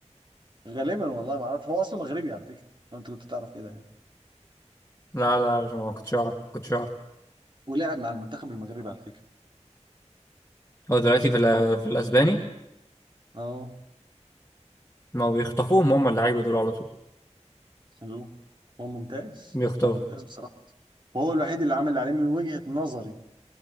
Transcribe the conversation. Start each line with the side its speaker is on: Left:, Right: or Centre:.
Right: غالبا والله ما اعرف هو اصله مغربي على فكره لو انت كنت تعرف كده يعني
Left: لا لا مش ما كنتش اعرف كنتش اعرف
Right: ولعب مع المنتخب المغربي على فكره
Left: هو دلوقتي في ال- في الاسباني
Right: اه
Left: ما بيخطفوهم هم اللعيبه دول على طول
Right: حلو هو ممتاز
Left: بيخطفوا
Right: هو ممتاز بصراحه وهو الوحيد اللي عمل اللي عليه من وجهه نظري